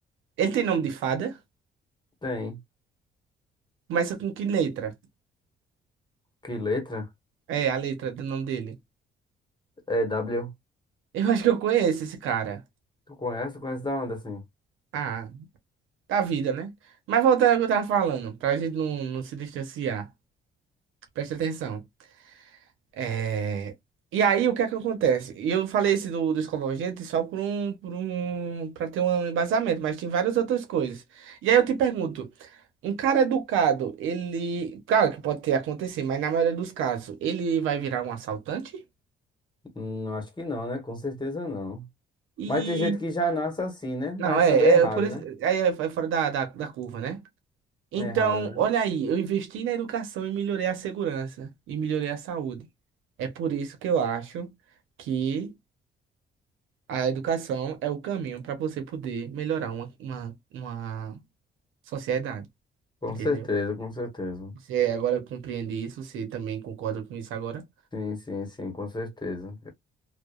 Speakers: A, on the right (about 80°); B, on the left (about 20°).
A: Ele tem nome de fada?
B: Tem.
A: Começa com que letra?
B: Que letra?
A: É, a letra do nome dele.
B: É W.
A: Eu acho que eu conheço esse cara.
B: Tu conhece? Tu conhece da onde assim?
A: Ah, da vida, né? Mas voltando ao que eu tava falando, pra gente não, não se distanciar. Presta atenção. É... E aí, o que é que acontece? E Eu falei esse do, dos convergentes só por um, por um, para ter um embasamento, mas tem várias outras coisas. E aí eu te pergunto. Um cara educado, ele. Claro que pode ter acontecido, mas na maioria dos casos, ele vai virar um assaltante?
B: Hum, acho que não, né? Com certeza não.
A: E.
B: Mas tem gente que já nasce assim, né? Mas
A: Não, é,
B: também é raro,
A: é por isso.
B: né?
A: Aí é é fora da, da, da curva, né? Então,
B: É raro,
A: olha
B: né?
A: aí, eu investi na educação e melhorei a segurança e melhorei a saúde. É por isso que eu acho que a educação é o caminho para você poder melhorar uma, uma, uma sociedade,
B: Com
A: entendeu?
B: certeza, com certeza.
A: Você agora compreende isso, você também concorda com isso agora?
B: Sim, sim, sim, com certeza.